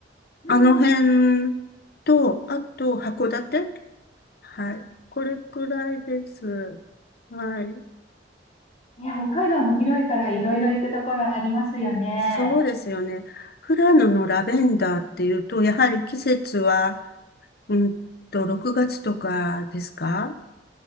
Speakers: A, on the left (about 35°); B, on the left (about 55°).
A: うん
B: あの辺と、あと函館。はい。これくらいです。はい。
A: いや、北海道も広いからいろいろ行くところありますよね。
B: そうですよね。富良野のラベンダーっていうと、やはり季節は、うんと、6月とかですか